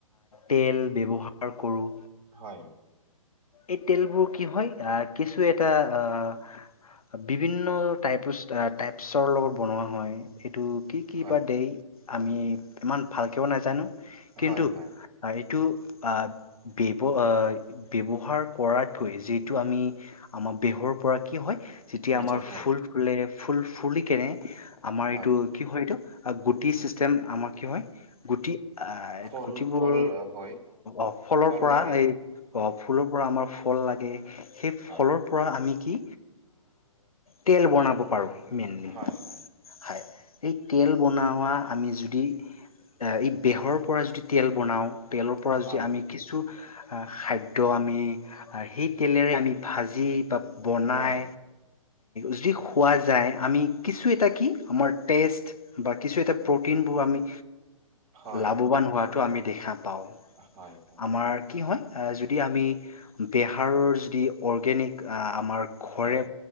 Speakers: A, on the left; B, on the right.
A: তেল ব্যৱহাৰ কৰোঁ।
B: হয়।
A: এই তেলবোৰ কি হয়, আহ কিছু এটা আহ বিভিন্ন টাইপ টাইপছৰ লগত বনোৱা হয়। এইটো কি, কি
B: হয়
A: বা দেই আমি ইমান ভালকৈও নাজানো। কিন্তু
B: হয় হয়
A: এইটো অ' ব্যৱ ৱ্যৱ হাৰ কৰাতকৈ যিহেতটো আমি আমাৰ বেহৰ পৰা কি হয় যেতিয়া
B: মিঠাতেল
A: আমাৰ ফুল ফুলে, ফুল ফুলি কিনে আমাৰ
B: হয়
A: এইটো কি হয় এইটো গুগি চিষ্টেম আমাক কি হয় গুটি আহ
B: ফল
A: গুটিবোৰ
B: ফল হয়
A: অ ফলৰ
B: ফল
A: পৰা
B: লাগে
A: এই অ
B: হয়।
A: ফুলৰ পৰা আমাৰ ফল লাগে। সেই
B: হয়
A: ফলৰ পৰা আমি কি তেল বনাব পাৰো মেইনলি।
B: হয় হয়
A: খায় এই তেল বনোৱা আমি যদি এই বেহৰৰপৰা যদি তেল বনাওঁ তেলৰ পৰা যদি
B: হয়
A: আমি কিছু খাদ্য ত' আমি সেই তেলেৰে আমি ভাজি বা বনাই
B: হয়
A: যদি খোৱা যায় আমি কিছু এটা কি আমাৰ টেষ্ট বা কিছু এটা প্ৰটিনবোৰ আমি
B: হয়
A: লাভৱান
B: হয়
A: হোৱাটো আমি দেখা পাওঁ।
B: হয় হয়।
A: আমাৰ কি হয় যদি আমি বেহাৰৰ যদি অৰ্গেনিক আমাৰ ঘৰে,
B: হয়